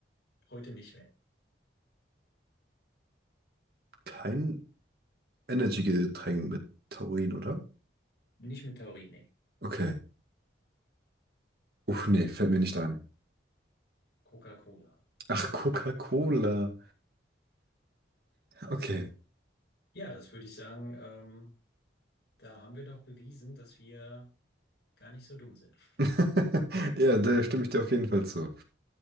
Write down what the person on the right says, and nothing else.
kein Energy-Getränk mit Taurin, oder?
Okay. Uff, nee, fällt mir nicht ein.
Ach, Coca-Cola. Okay.
<laughs> Ja, da stimme ich dir auf jeden Fall zu.